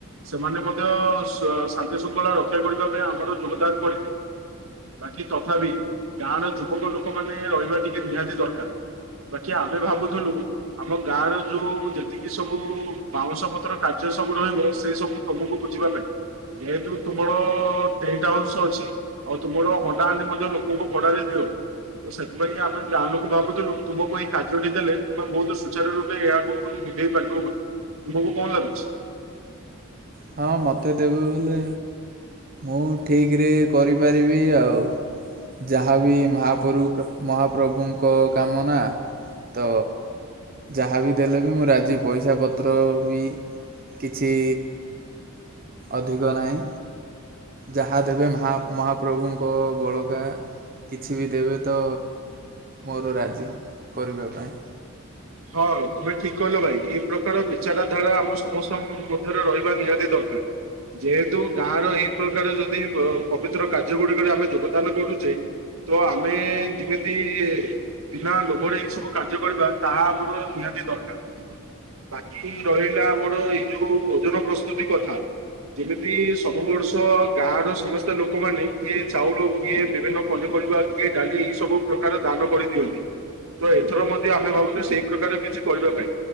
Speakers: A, on the right; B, on the right.
A: ସେମାନେ ମଧ୍ୟ ଶ ଶାନ୍ତିଶୃଙ୍ଖଳା ରକ୍ଷା କରିବା ପାଇଁ ଆମର ଯୋଗଦାନ କରିଥାଏ ବାକି ତଥାବି ଗାଁର ଯୁବକ ଲୋକ ମାନେ ରହିବା ଟିକେ ନିହାତି ଦରକାର। ବାକି ଆମେ ଭାବୁଥିଲୁ ଆମ ଗାଁର ଯୋଉ ଯେତି କି ସବୁ ବାଉଁଶ ପତ୍ର କାର୍ଯ୍ୟ ସବୁ ରହିବ ସେ ସବୁ ତମକୁ ବୁଝିବା ପାଇଁ। ଏ ଯେଉଁ ତୁମର ଟେଣ୍ଟ ହାଉସ୍ ଅଛି ଆଉ ତୁମର ହଣ୍ଡାହାଣ୍ଡି ମଧ୍ୟ ଲୋକଙ୍କୁ ଭଡା ରେ ଦିଅ ସେଥିପାଇଁ ଆମେ ଗାଁ ଲୋକ ଭାବୁଥିଲୁ ତୁମକୁ ଏଇ କାର୍ଯ୍ୟଟି ଦେଲେ ତୁମେ ବହୁତ ସୁଚାର ରୂପେ ଏହାକୁ ହେଇପାରିବ ବୋଲି ତୁମକୁ କଣ ଲାଗୁଛି?
B: ହଁ ମୋତେ ଦେବେ ବେଲେ ମୁଁ ଠିକରେ କରିପାରିବି ଆଉ। ଯାହାବି ମାହାପରୁ ମହାପ୍ରଭୁଙ୍କ କାମ ନା। ତ ଯାହାବିି ଦେଲେବି ମୁଁ ରାଜିି ପଇସା ପତ୍ର ବି କିଛି ଅଧିକ ନାହିଁ ଯାହା ଦେବେ ମାହା ମହା ମହାପ୍ରଭୁଙ୍କ ବଳକା କିଛି ବି ଦେବେତ ମୋର ରାଜି କରିବା ପାଇଁ।
A: ହଁ ତୁମେ ଠିକ୍ କହିଲ ଭାଇ, ଏଇ ପ୍ରକାର ବିଚାରଧାରା ଆମ ସମସ୍ତ ଙ୍କ ମଧ୍ୟରେ ରହିବା ନିହାତି ଦରକାର। ଯେହେତୁ ଗାଁର ଏହି ପ୍ରକାର ଯଦି ପବିତ୍ର କାର୍ଯ୍ୟ ଗୁଡିକରେ ଆମେ ଯୋଗଦାନ କରୁଚେ ତ ଆମେ ଯେମିତି ବିନା ଲୋଭରେ ଏସବୁ କାର୍ଯ୍ୟ କରିବା ତାହା ଆମର ନିହାତି ଦରକାର, ବାକି ରହିଲା ଆମର ତ ଏଇ ଯୋଉ ଭୋଜନ ପ୍ରସ୍ତୁତି କଥା, ଯେମିତି ସବୁ ବର୍ଷ ଗାଁର ସମସ୍ତେ ଲୋକମାନେ, କିଏ ଚାଉଳ କିଏ ବିଭିନ୍ନ ପନିପରିବା କିଏ ଡାଲି ସବୁ ପ୍ରକାର ଦାନ କରିଦିଅନ୍ତି, ତ ଏଥର ମଧ୍ୟ ଆମେ ଭାବୁଚୁ ସେଇ ପ୍ରକାର କିଛି କରିବା ପାଇଁ,